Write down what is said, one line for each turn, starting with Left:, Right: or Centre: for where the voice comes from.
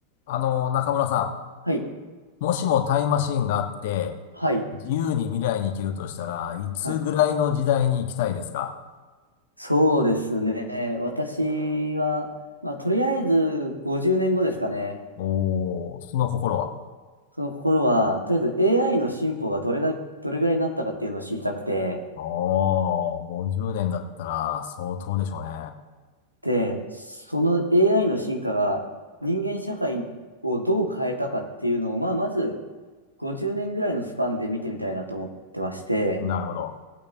Left: あの、中村さ
Right: はい、
Left: ん、もしもタイムマシンがあって、
Right: はい、
Left: 自由に未来に行けるとしたらいつぐらいの時代に行きたいですか
Right: はい。そうですね。私は、まあ、とりあえず50年後ですかね。
Left: おー、その心は。
Right: その心は、とりあえず AI の進歩がどれだ、どれぐらいになったかっていうのを知りたくて、
Left: おー、50年だったら相当でしょうね。
Right: で、その AI の進化が人間社会をどう変えたかっていうのを、まあ、まず50年ぐらいのスパンで見てみたいなと思ってまして、
Left: うん。なるほど。